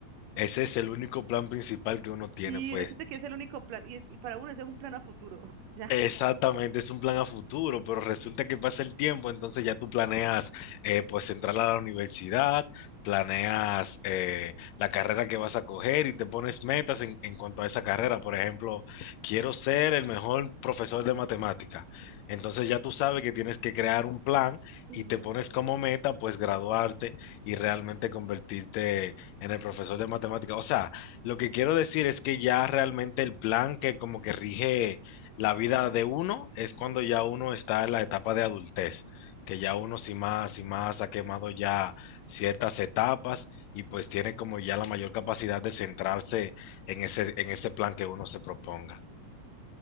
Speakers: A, on the left; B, on the right.
A: Ese es el único plan principal que uno tiene,
B: Y
A: pues
B: uno siente que es el único plan, y, y para uno ese es un plan a futuro, <laughs> ya.
A: Exactamente, es un plan a futuro, pero resulta que pasa el tiempo, entonces ya tú planeas eh, pues entrar a la universidad, planeas eh, la carrera que vas a coger y te pones metas en, en cuanto a esa carrera. Por ejemplo, quiero ser el mejor profesor de matemática. Entonces ya tú sabes que tienes que crear un plan
B: Ujú.
A: y te pones como meta pues graduarte y realmente convertirte en el profesor de matemática. O sea, lo que quiero decir es que ya realmente el plan que como que rige la vida de uno es cuando ya uno está en la etapa de adultez, que ya uno sin más, sin más ha quemado ya ciertas etapas y pues tiene como ya la mayor capacidad de centrarse en ese, en ese plan que uno se proponga.